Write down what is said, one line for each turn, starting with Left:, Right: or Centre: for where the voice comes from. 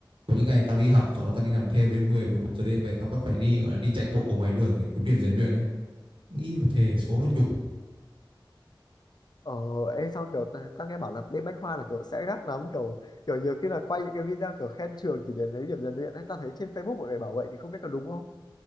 Right: có những ngày tao đi học sau đó tao đi nằm thêm đến mười mười một giờ đêm về tao vẫn phải đi gọi là đi chạy bộ ở ngoài đường để kiếm điểm rèn luyện đấy nghĩ và thề số nó nhục
Left: Ờ, ê sao kiểu tao tao nghe bảo là bên Bách Khoa là kiểu sẽ gắt lắm kiểu kiểu nhiều khi là quay những cái video kiểu khen trường chỉ để lấy điểm rèn luyện ấy tao thấy trên Facebook mọi người bảo vậy thì không biết có đúng không?